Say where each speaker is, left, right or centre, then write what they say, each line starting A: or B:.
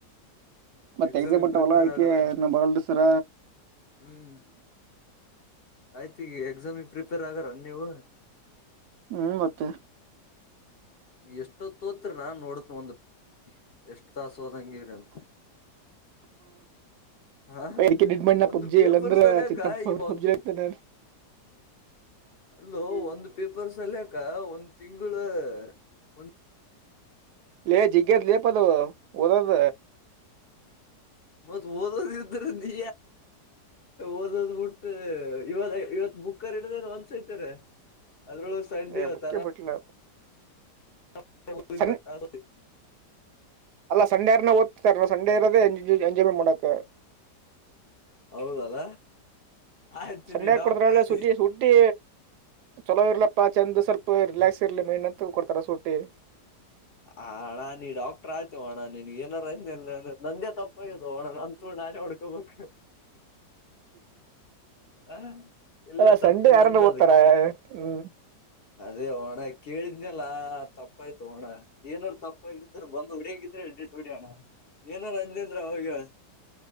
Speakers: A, on the right; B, on the left.
A: ಮತ್ತ
B: ಎಕ್ಸಾಮಿಗೆ
A: ಎಕ್ಸಾಮ್ ಉಂಟಾವಲ್ಲ
B: ಪ್ರಿಪೇರ್
A: ಅ್ಕೆ
B: ಆಗಾರ
A: ನಾ ಬರಲ್ ಸರ
B: ಹ್ಮ್ ಆಯ್ತು ಈಗ ಎಕ್ಸಾಮಿಗೆ ಪ್ರಿಪೇರ್ ಆಗಾರ ನೀವು
A: ಹ್ಮ್ ಮತ್ತೆ
B: ಎಷ್ಟೊ ತೋತ್ರಿ ನಾ ನೋಡತ್ ಒಂದು ಎಷ್ಟು ತಾಸ ಹೋದಂಗಿರಿ ಅಂತ ಹಾ
A: ಅದಕ್ಕೆ ನಿಡ್ ಮಾಡಿ ನಾ
B: ಒಂದು
A: ಪಬ್ಜಿ
B: ಪೇಪರ್ಸ್ಲ್ಲಯಕ್ಕ
A: ಇಲ್ಲಂದ್ರ ಚಿಂತ
B: ಇವಾಗ
A: ಪಬ್ಜಿ ಆಗ್ತಾನೆ
B: <inaudible> ಅಲ್ಲ
A: ನಾನು
B: ಒಂದು ಪೇಪರ್ ಸಲ್ಯಕ ಒಂದ್ ತಿಂಗಳ ಒ
A: ಲೇ ಜಿಗ್ಗದ ಲೇ ಪದು ದದ
B: ಮತ್ತ್ ಓದೋದ್ರ ನೀ ಓದೋದ್ಬ ಬಿಟ್ಟ ಇವ ಇವತ್ ಬಕ್ಕರ್ ಇಡದ ಒಂದಸೈತಾರೆ ಅದ್ರೊಳ ಸಡ್
A: ಏ
B: ಇವ
A: ಬುಕ್ಕೇ
B: ತರ
A: ಬಿಟ್ಲ
B: <unintelligible>
A: ಸನ್ ಅಲ್ಲ ಸಂಡೇ ಅರನ ಓದ್ತಾರ ಸಂಡೇರೋದ ಎಂಜಾಯ್ಮೆಂಟ್ ಮಾಡಾಕ್
B: ಹೌದಲ್ಲ ಆಯ್ತೀನಿ
A: ಸಂಡೆ
B: ಡಾಕ್ಟರ್
A: ಕೊಡ್ತಾರಲ್ಲ
B: ಆಯ
A: ಸುಟಿ ಸುಟ್ಟಿ ಚಲೋ ಇರ್ಲಪ್ಪಾ ಚೆಂದ್ ಸ್ವಲ್ಪ ರಿಲ್ಯಾಕ್ಸ್ ಇರ್ಲಿ ಮೈಂಡ ಅಂತ ಕೊಡ್ತಾರ ಸೂಟಿ
B: ಹ ಅಣ್ಣ ನೀ ಡಾಕ್ಟರ್ ಆಯ್ತು ಅಣ್ಣ ನಿನ್ ಏನಾರಂದ ನಂದೇ ತಪ್ಪಾಗದುೋಣ ನಂತು ನಾನೇ ಹಡ್ಕೊಬೇಕ ಹ ಇಲ್ಲ
A: ಅಲ್ಲ
B: ತಪ್ಪು
A: ಸಂಡೆ
B: ನ
A: ಯಾರನ್ನ
B: ಅಂದ
A: ಓದ್ತಾರ
B: ಅದಕ್ಕೆ
A: ಹ್ಮ್
B: ಅದೇ ಹಓಣ ಕೇಳಿದ್ನಲ್ಲ ತಪ್ಪಾಯ್ತು ಹೋಣ ಏನಾದಾರರು ತಪ್ಪ ಅ್ರ ಬಂದು್ ಹೊಡಂಗಿದ್ರೆ ಎಟ್ ಹೊಡಿಯಣ ಏನ ರಜೇಂದ್ರ ಅವ ಹೇಳ